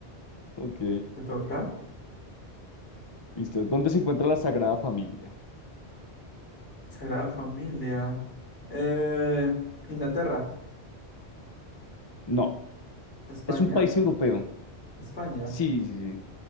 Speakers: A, on the left; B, on the left.
A: Ok,
B: ¿Le toca?
A: listo. ¿Dónde se encuentra la Sagrada Familia?
B: Sagrada Familia. Eh, Inglaterra.
A: No,
B: España.
A: es un país europeo.
B: España.
A: Sí, sí, sí.